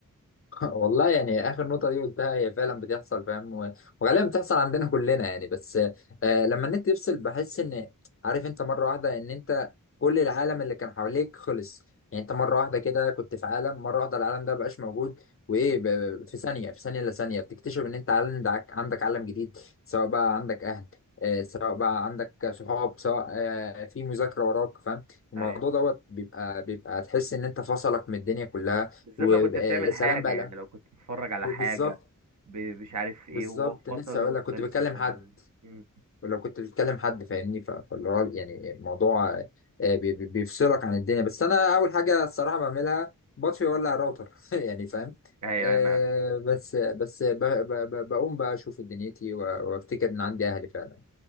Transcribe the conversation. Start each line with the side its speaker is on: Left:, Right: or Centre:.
Left: <laughs> والله يعني اخر نقطه دي قلتها هي فعلا بتحصل فاهم و- وغالبا بتحصل عندنا كلنا يعني بس آه لما النت يفصل بحس ان عارف انت مره واحده ان انت كل العالم اللي كان حواليك خلص يعني انت مره واحده كده كنت في عالم مره واحده العالم ده مبقاش موجود وايه
Right: مم.
Left: ب- ب- في ثانيه في ثانيه الا ثانيه بتكتشف ان انت عندك عندك عالم جديد سواء بقى عندك اهل آه سواء بقى عندك صحاب سواء آه في مذاكره وراك فاهم الموضوع
Right: اي
Left: دوت بيبقى بيبقى تحس ان انت فصلك من الدنيا كلها
Right: بالذات
Left: وسلام
Right: لو كنت بتعمل حاجة
Left: بقى
Right: يعني لو كنت بتتفرج على
Left: ب-
Right: حاجة
Left: بالظبط
Right: ب- مش عارف ايه
Left: بالظبط
Right: وهو فصل
Left: لسه اقول
Right: وانت
Left: لك كنت
Right: لسه
Left: بكلم
Right: بتعمل
Left: حد
Right: مم.
Left: ولو كنت بتكلم حد فاهمني ف- فاللي هو يعني الموضوع آه، بي- بي- بيفصلك عن الدنيا بس انا اول حاجه الصراحه بعملها بطفي
Right: مم.
Left: اولع الراوتر <laughs> يعني فاهم
Right: ايوه
Left: آه
Right: انا
Left: بس بس ب- ب- ب- بقوم بقى اشوف دنيتي و- وافتكر ان عندي اهلي فعلا